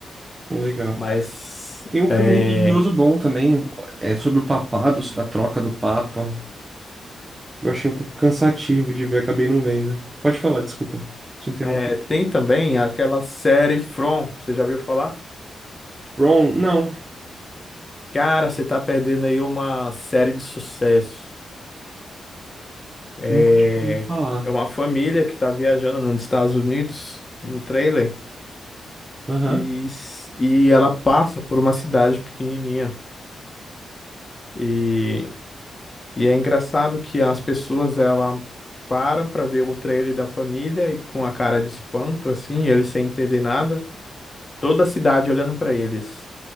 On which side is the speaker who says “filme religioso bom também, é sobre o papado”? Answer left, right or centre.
Right